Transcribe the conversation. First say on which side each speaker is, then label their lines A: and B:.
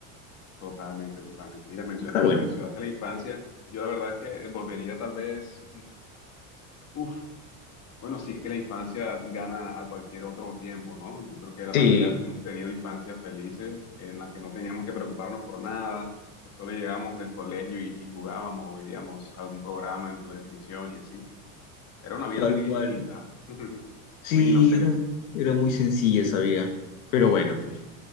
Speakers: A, on the left (about 40°); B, on the left (about 90°).
A: Totalmente, totalmente. Mira, mencionas
B: Está bueno.
A: la, mencionaste la infancia. Yo la verdad es que volvería tal vez, uff, Bueno, sí, es que la infancia gana a cualquier otro tiempo, ¿no? Yo creo que la
B: Sí,
A: mayoría hemos tenido infancias felices en las que no teníamos que preocuparnos por nada, que solo llegábamos del colegio y, y jugábamos o veíamos algún programa en televisión y así. Era una vida
B: tal
A: muy
B: cual.
A: distinta, <laughs>
B: Sí,
A: muy inocente.
B: era, era muy sencilla esa vida. Pero bueno, pues.